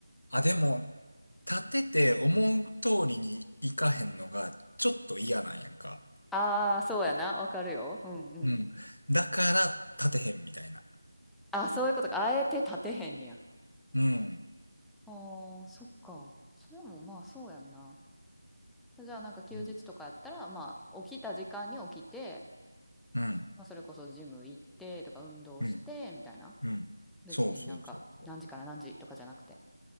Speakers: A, on the left; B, in the centre.
A: あ、でも、立てて思う通りにいかへんのが、ちょっと嫌なんやんか。
B: ああー、そうやな。わかるよ。うんうん。
A: うん。だから立てへんみたいな。
B: あ、そういうことか。あえて立てへんねや。
A: うん。
B: あー、そっか。それもまあそうやんな。じゃあなんか休日とかやったら、
A: うん。
B: まあ起きた時間に起きて、
A: うん。
B: まあそれこそジム行ってとか運動してみたいな。
A: うん。うん。
B: 別になんか何時から何時とかじゃなくて。
A: そうそうそうそう。